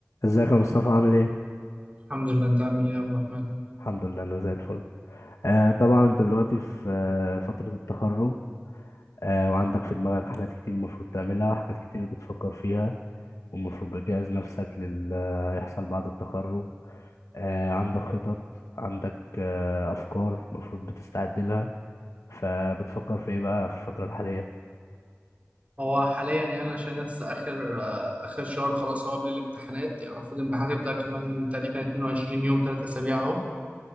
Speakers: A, on the left; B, on the right.
A: ازيك يا مصطفى عامل ايه؟
B: الحمد لله انت عامل ايه يا عبد الرحمن
A: الحمد لله انا زي الفل آه طبعا انت دلوقتي في آه فترة التخرج آه وعندك في دماغك حاجات كتير المفروض تعملها وحاجات كتير بتفكر فيها والمفروض بتجهز نفسك للي هيحصل بعد التخرج آه عندك خطط عندك آه افكار المفروض بتستعد لها فبتفكر في ايه بقى في الفترة الحالية؟
B: هو حاليا يعني عشان لسه اخر آه، اخر شهر خلاص هو قبل الامتحانات يعني المفروض الامتحانات هيبدأ كمان تقريبا 22 يوم 3 اسابيع اهو